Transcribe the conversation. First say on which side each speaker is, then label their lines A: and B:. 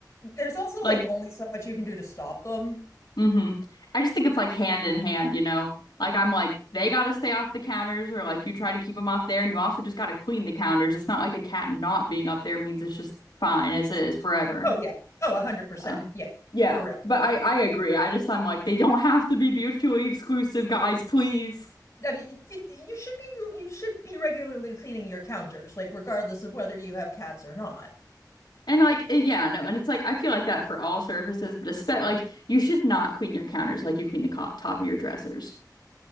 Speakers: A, on the left (about 40°); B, on the left (about 75°).
A: There's also
B: Like,
A: like only so much you can do to stop them.
B: mm-hmm. I just think it's like hand in hand, you know? Like I'm like they gotta stay off the counters or like you try to keep them off there and you also just gotta clean the counters. It's not like a cat not being up there means it's just fine as is forever.
A: Oh yeah. Oh, one hundred percent.
B: Uh,
A: Yeah,
B: yeah,
A: for real.
B: but I I agree. I just I'm like they don't have to be mutually exclusive, guys, please.
A: I mean, you, you you should be you should be regularly cleaning your counters, like regardless of whether you have cats or not.
B: And like, eh, yeah, no, and it's like I feel like that for all surfaces, but especially like you should not clean your counters like you clean the co top of your dressers.